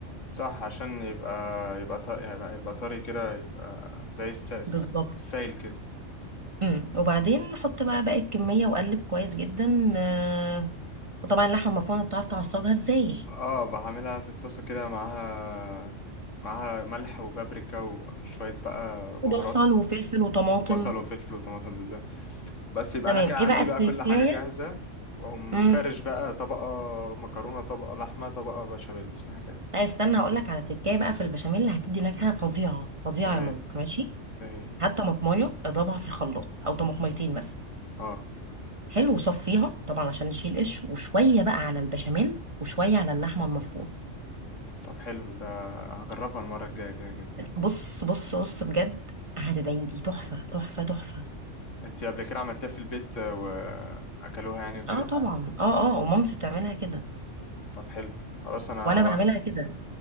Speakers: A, on the left (about 80°); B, on the right (about 25°).
A: صح عشان يبقى يبقى ط... يبقى, يبقى طري كده يبقى زي الساس
B: بالظبط
A: السايل كده
B: امم وبعدين حط بقى باقي الكمية وقلب كويس جدا آه، وطبعا اللحمة المفرومة بتعرف تعصجها ازاي
A: اه بعملها في الطاسه كده معاها معاها ملح وبابريكا وشويه بقى بهارات
B: وبصل وفلفل وطماطم
A: وبصل وفلفل وطماطم بالذات بس يبقى
B: تمام
A: انا كده عندي
B: ايه بقى التكاية
A: بقى كل حاجه جاهزه واقوم
B: امم
A: فارش بقى طبقه مكرونه طبقه لحمه طبقه بشاميل صح كده
B: لا استنى هقول لك على تكاية بقى في البشاميل اللي هتدي نكهة فظيعة فظيعة
A: اهي
B: يا مامك ماشي
A: اهي
B: هات طماطمية اضربها في الخلاط او طماطميتين مثلا
A: اه
B: حلو وصفيها طبعا عشان نشيل قش وشوية بقى على البشاميل وشوية على اللحمة المفرومة
A: طب حلو ده هجربها المره الجايه كده كده
B: بص بص بص بجد هتدعي لي تحفة تحفة تحفة
A: انت قبل كده عملتها في البيت آه، واكلوها يعني وكده
B: اه طبعا اه اه ومامتي بتعملها كده
A: طب حلو خلاص انا
B: وانا
A: هبقى
B: بعملها كده